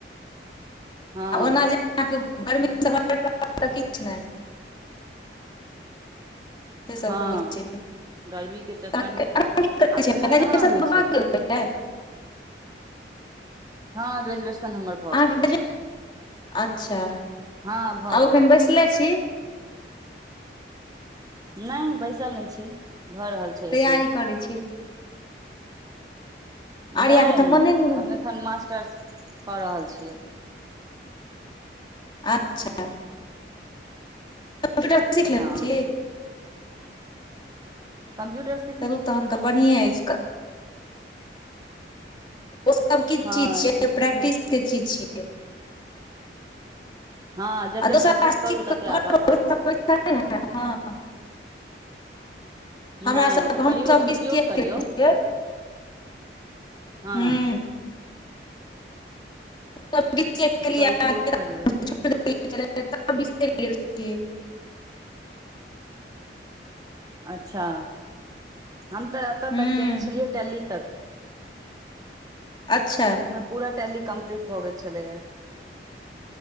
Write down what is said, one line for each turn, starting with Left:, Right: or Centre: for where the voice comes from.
Right: हँ
Left: आ ओना जे अहाँके गर्मी समझबै त किछ नहि। से सब
Right: हँ
Left: होय छैय।
Right: गर्मी के चक्कर
Left: आब
Right: मे
Left: आब की करय
Right: आब
Left: छैय
Right: एखन
Left: ग्रेजुएशन
Right: कहाँ होइ
Left: त
Right: छै
Left: भऽ गेलै ने?
Right: हँ, ग्रेजुएशन हमर भऽ
Left: अहाँके
Right: गेलै
Left: ग्रेजे, अच्छा
Right: हँ भऽ
Left: आब
Right: गेल
Left: एखन बैसले छी?
Right: नहि हम बैसल नहि छी, भऽ रहल छैय।
Left: तैयारी
Right: छैय जानो
Left: करै छी आर्या
Right: नहि
Left: के तऽ मोने नहि रह
Right: हम अखन मास्टर्स कऽ रहल छियै।
Left: अच्छा कम्प्यूर सीख लने
Right: हँ
Left: छी।
Right: कम्प्यूटर सी
Left: चलू, तहन तऽ बढ़िये अछि। ओ सब किछु
Right: हँ
Left: चीज छियै,
Right: ईसभ
Left: ई
Right: सिखने
Left: प्रैक्टिस के चीज छियै।
Right: हँ, जते
Left: आ दोसर
Right: प्रैक्टिस
Left: काज
Right: करू
Left: सीख कऽ
Right: तते
Left: घर
Right: आगाँ भागू।
Left: <unintelligible> हमरा
Right: नहि
Left: सभके
Right: ओकर
Left: हमसभ
Right: उपयोग
Left: डी सी ए
Right: करियौ
Left: केने छियै।
Right: हँ
Left: हूँ एत बी टेक केलियै
Right: ओकर उपयोग
Left: आ
Right: करियौ
Left: छोड़ि देने छलियै हें सबटा बिसरि गेलियै।
Right: अच्छा हम तोरा एतऽ
Left: हूँ
Right: तक केने छलियै टैली तक।
Left: अच्छा
Right: हमर पूरा टैली कम्प्लीट भऽ गेल छलै हें।